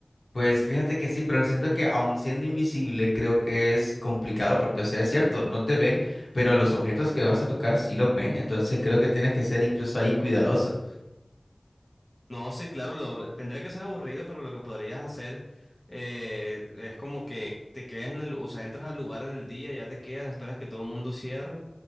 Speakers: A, on the left; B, on the left.
A: pues fíjate que sí, pero siento que aun siendo invisible, creo que es complicado porque, o sea, es cierto, no te ven, pero los objetos que vas a tocar sí los ven, entonces creo que tienes que ser incluso ahí cuidadoso.
B: No, sí, claro, lo, tendría que ser aburrido, pero lo que podrías hacer eh, es como que te quedas en el, o sea, entras al lugar en el día, ya te quedas, esperas que todo el mundo cierre